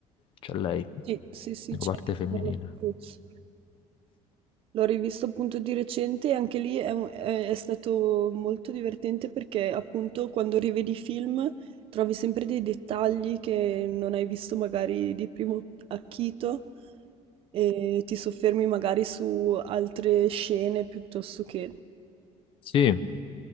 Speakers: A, on the left (about 45°); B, on the right (about 45°).
A: c'è lei,
B: Sì, sì, sì,
A: la
B: c'è
A: parte
B: anche
A: femminile.
B: Penelope Cruz. L'ho rivisto appunto di recente e anche lì è, un- è- è stato molto divertente perché appunto quando rivedi i film trovi sempre dei dettagli che non hai visto magari di primo acchito e ti soffermi magari su altre scene piuttosto che...
A: Sì,